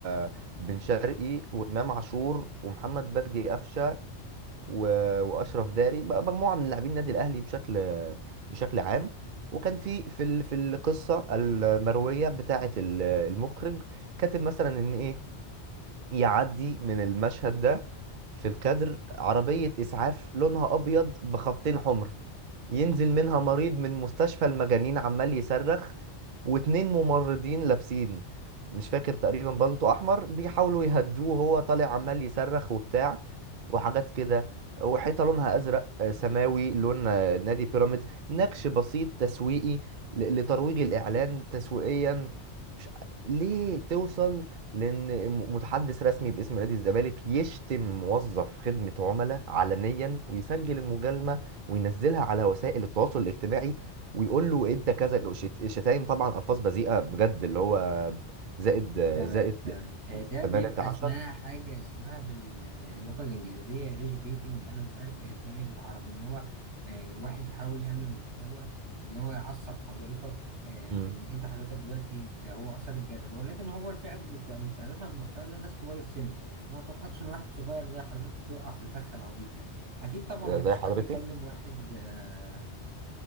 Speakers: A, on the right; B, on the right.
A: آه، بن شرقي وامام عاشور ومحمد بجدي قفشه و- واشرف داري بقى مجموعه من لاعبين النادي الاهلي بشكل بشكل عام وكان في في ال- في القصه المرويه بتاعه ال- المخرج كاتب مثلا ان ايه يعدي من المشهد ده في الكادر عربية إسعاف لونها أبيض بخطين حمر ينزل منها مريض من مستشفى المجانين عمال يصرخ واتنين ممرضين لابسين مش فاكر تقريبا بلطو أحمر بيحاولوا يهدوه وهو طالع عمال يصرخ وبتاع وحاجات كده وحيطة لونها أزرق آه، سماوي لون آه، نادي بيراميدز نكش بسيط تسويقي ل- لترويج الإعلان تسويقيا مش- ليه توصل لان م- متحدث رسمي باسم نادي الزمالك يشتم موظف خدمة عملاء علنيا ويسجل المجالمة وينزلها على وسائل التواصل الاجتماعي ويقول له انت كذا شت- شتايم طبعا الفاظ بذيئة بجد اللي هو زائد
B: تمام
A: زائد
B: تمام آه، ده
A: 18
B: بيبقى اسمها حاجة اسمها باللغة الإنجليزية ريش بيتنج أنا مش عارف هي اسمها إيه بالعربي إن هو آه، واحد يحاول يعمل محتوى إن هو يعصب حضرتك آه، بإن
A: امم
B: أنت حضرتك دلوقتي آه، هو أثار الجدل ولكن هو الفئة اللي بتبقى مستهدفة من المحتوى ده الناس كبار السن أنا ما أتوقعتش إن واحد صغير زي حضرتك يقع في الفخ العبيط ده أكيد طبعا
A: زي
B: مفيش
A: حضرتي
B: حد كلم واحد آه،